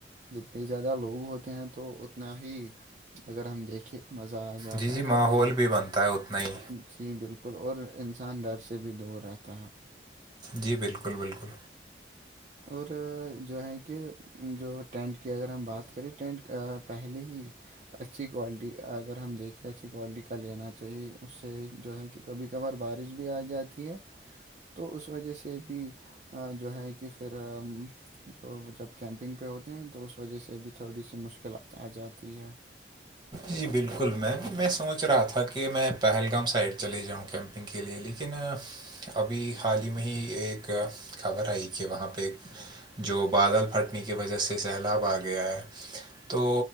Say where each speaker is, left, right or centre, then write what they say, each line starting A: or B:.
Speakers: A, on the right (about 40°); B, on the right (about 25°).
A: جتنے زیادہ لوگ ہوتے ہیں تو اتنا ہی اگر ہم دیکھیں مزہ آ جاتا
B: جی جی
A: ہے
B: ماحول
A: اور
B: بھی بنتا ہے اتنا ہی
A: جی بالکل اور انسان ڈر سے بھی دور رہتا ہے
B: جی بالکل بالکل
A: اور جو ہے کہ جو ٹینٹ کی اگر ہم بات کریں ٹینٹ پہلیے ہی اچھی کوالٹی اگر ہم دیکھیں اچھی کوالٹی کا لینا چاہیے اس سے جو ہے کہ کبھی کبھار بارش بھی آ جاتی ہے تو اس وجہ سے بھی جو ہے کہ پھر جو جب کیمپنگ پہ ہوتے ہیں تو اس وجہ سے بھی تھوڑی سی مشکلاتیں آ جاتی ہیں
B: جی بالکل میم میں سوچ رہا تھا کہ میں پہلگام سائڈ چلے جاؤں کیمپ نگ کے لیے لیکن ابھی حال ہی میں ہی ایک خبر آئی کہ وہاں پہ جو بادل پھٹنے کی وجہ سے سیلاب آ گیا ہے تو